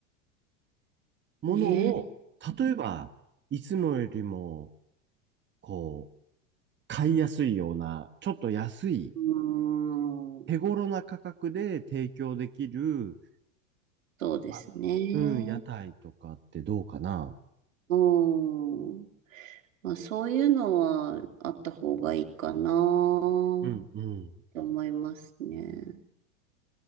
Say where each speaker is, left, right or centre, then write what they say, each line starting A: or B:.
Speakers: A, on the right; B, on the right.
A: ものを、
B: ねえ。
A: 例えば、いつもよりも、こう、買いやすいような、ちょっと安い、
B: うーん、
A: 手頃な価格で提供できる、
B: そうですね。
A: まあうん、屋台とかってどうかな
B: うん。まあ、そういうのはあった方がいいかな
A: うんうん。
B: って思いますね。